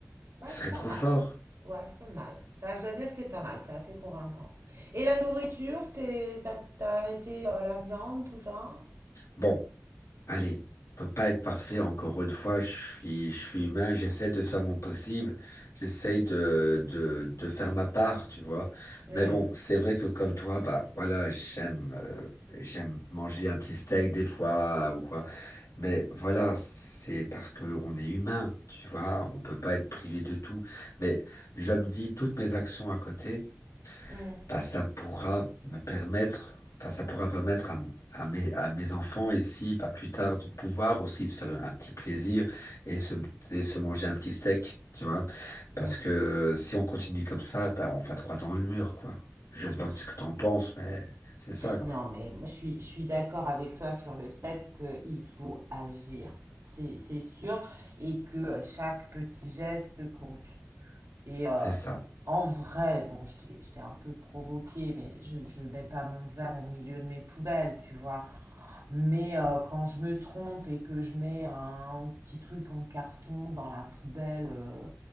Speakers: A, on the right; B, on the left.
A: Ouais,
B: Ce serait
A: c'est pas
B: trop
A: mal.
B: fort.
A: Ouais, c'est pas mal. Ça, je dois dire que c'est pas mal, c'est assez convaincant. Et la nourriture, t'es- t'as, t'as arrêté euh, la viande, tout ça?
B: Bon. Allez, on peut pas être parfait encore une fois. Je suis, je suis humain, j'essaie de faire mon possible, j'essaie de, de, de faire ma part, tu vois.
A: Hmm,
B: Mais bon, c'est vrai que comme toi, bah voilà, j'aime euh, j'aime manger un petit steak des fois ou quoi. Mais voilà, c'est parce que on est humain, tu vois. On peut pas être privé de tout. Mais je me dis toutes mes actions à côté
A: Hmm.
B: bah, ça pourra me permettre, enfin, ça pourra permettre à, à mes, à mes enfants ici, bah, plus tard, de pouvoir aussi se faire un petit plaisir et se, et se manger un petit steak, tu vois.
A: hmm,
B: Parce que si on continue comme ça, bah, on va droit dans le mur, quoi. Je sais
A: ouais.
B: pas ce que t'en penses, mais c'est ça, quoi.
A: Non, mais moi, je suis, je suis d'accord avec toi sur le fait qu'il faut agir, c'est, c'est sûr, et que chaque petit geste compte. Et euh,
B: C'est ça.
A: en vrai, bon, je t'ai je t'ai un peu provoqué, mais je ne mets pas mon verre au milieu de mes poubelles, tu vois. Mais euh, quand je me trompe et que je mets un petit truc en carton dans la poubelle euh,